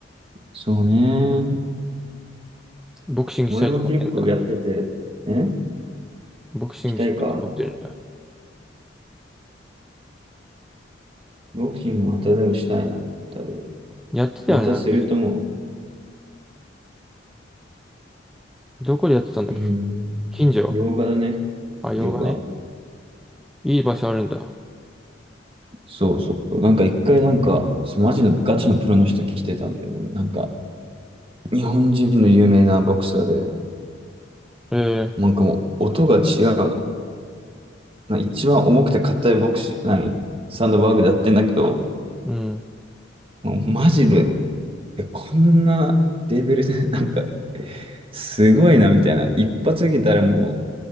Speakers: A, on the right (about 30°); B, in the centre.
A: そうね。
B: ボクシングしたいと思ってるんだ。
A: 俺も結構やってて、え
B: ボクシングしたいと思ってるんだ。
A: したいかボクシングまたでもしたいな。多分。
B: やってたよね、
A: またするとも
B: なんか、どこでやってたんだっけ
A: う、うーん、
B: 近所
A: 洋画だね。
B: あ、洋画ね。
A: 洋画。
B: いい場所あるんだ。
A: そうそう。なんか一回なんか、そうマジのガチのプロの人来てたんだよね。なんか、日本人の有名なボクサーで、
B: ええ
A: なんかもう音が違うの。な一番重くて硬いボクシー、何サンドバーグでやってんだけど、
B: うん。
A: もうマジで、いやこんなレベルで、<laughs> なんか、すごいなみたいな。一発受けたらもう、